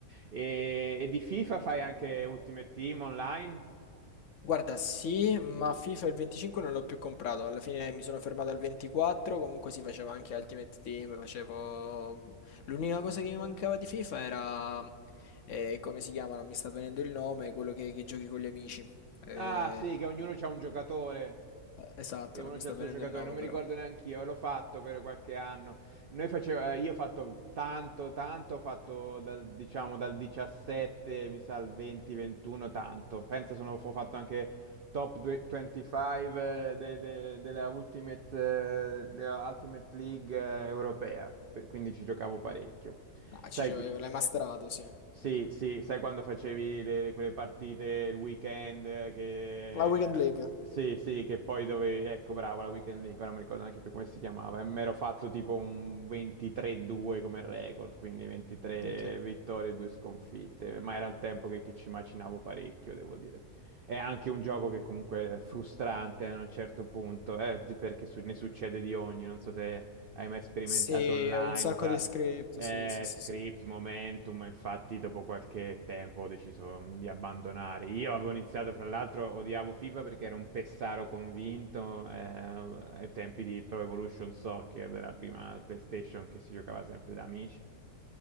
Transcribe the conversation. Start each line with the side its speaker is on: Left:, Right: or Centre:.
Right: E, e di FIFA fai anche Ultimate Team online?
Left: Guarda, sì, ma FIFA il 25 non l'ho più comprato, alla fine mi sono fermato al 24, comunque si faceva anche Ultimate Team, facevo... mm, L'unica cosa che mi mancava di FIFA era, eh, come si chiama, non mi sta venendo il nome, quello che che giochi con gli amici. Eh,
Right: Ah, sì, che ognuno c'ha un giocatore.
Left: Eh, Esatto,
Right: E uno
Left: non mi
Right: c'è
Left: sta
Right: il
Left: venendo
Right: suo giocatore,
Left: il nome
Right: non mi
Left: però.
Right: ricordo neanche io, l'ho fatto per qualche anno. Noi faceva, eh, io ho fatto tanto, tanto, ho fatto dal, diciamo, dal 17, mi sa, al 20-21, tanto. Pensa, sono, ho fatto anche top due- 25 eh, de- de- della Ultimate, eh, della Ultimate League eh, europea, Pe- quindi ci giocavo parecchio.
Left: Ah,
Right: Sai,
Left: ci giovevo, l'hai masterato, sì.
Right: sì, sì, sai quando facevi le- quelle partite il weekend eh, che...
Left: La Weekend
Right: eh,
Left: League.
Right: Sì, sì, che poi dove... Ecco, bravo, la weekend league, ora non mi ricordo neanche più come si chiamava. E mi ero fatto tipo un 23-2 come record, quindi 23
Left: Minchia.
Right: vittorie e 2 sconfitte. Ma era il tempo che, che ci macinavo parecchio, devo dire. È anche un gioco che comunque è frustrante a un certo punto, eh, perché su- ne succede di ogni, non so se hai mai sperimentato
Left: Sì,
Right: online
Left: un sacco
Right: fra
Left: di script,
Right: eh,
Left: sì, sì, sì,
Right: script,
Left: sì.
Right: momentum, ma infatti dopo qualche tempo ho deciso mm, di abbandonare. Io avevo iniziato, fra l'altro, odiavo FIFA perché ero un pessaro convinto eh, ai tempi di Pro Evolution Soccer, della prima PlayStation che si giocava sempre da amici.